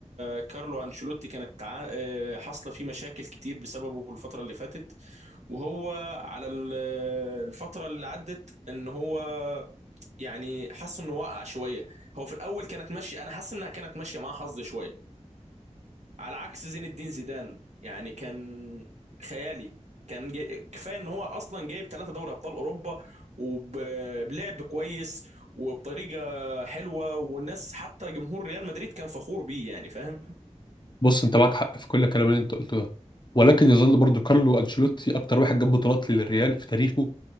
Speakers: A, on the right; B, on the left.
A: كارلو انشيلوتي كانت تع- آه، حاصله فيه مشاكل كتير بسببه الفتره اللي فاتت وهو على ال- الفترة اللي عدت ان هو يعني حس انه وقع شوية هو في الاول كانت ماشية انا حاسس انها كانت ماشية معاه حظ شوية على عكس زين الدين زيدان يعني كان خيالي كان جاي كفاية ان هو اصلا جايب ثلاثة دوري ابطال اوروبا وبلعب كويس وبطريقة حلوة والناس حتى جمهور ريال مدريد كان فخور بيه يعني فاهم
B: بص انت معاك حق في كل الكلام اللي انت قلته ده ولكن يظل برضو كارلو انشيلوتي اكتر واحد جاب بطولات للريال في تاريخه